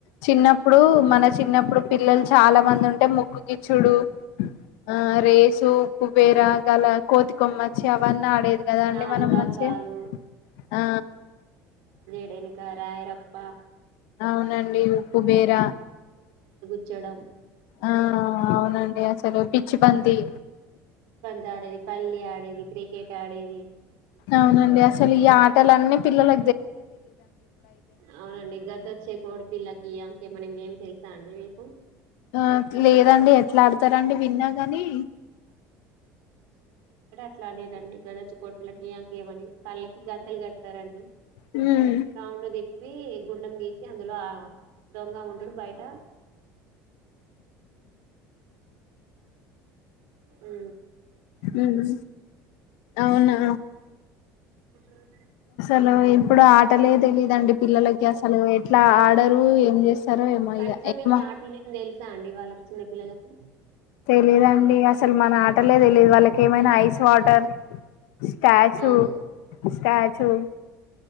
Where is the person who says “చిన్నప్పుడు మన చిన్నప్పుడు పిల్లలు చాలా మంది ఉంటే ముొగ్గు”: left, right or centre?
Left